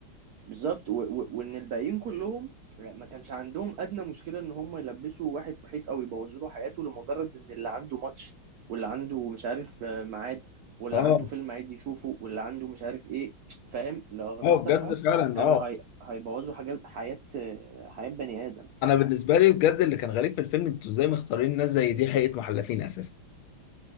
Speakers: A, on the right; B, on the left.
A: بالظبط و- و- وان الباقيين كلهم ما كانش عندهم ادنى مشكله ان هم يلبسوا واحد في حيط او يبوظوا له حياته لمجرد ان اللي عنده ماتش واللي عنده مش عارف آه، ميعاد واللي
B: اه
A: عنده فيلم عايز يشوفه واللي عنده مش عارف ايه فاهم لاغراض
B: اه
A: تافهه
B: بجد فعلا
A: كانوا
B: اه
A: هي... هيبوظوا حاجات حياه آه، حياه بني ادم
B: انا
A: فاهم
B: بالنسبة لي بجد اللي كان غريب في الفيلم انتوا ازاي مختارين ناس زي دي حقيقة محلفين اساسا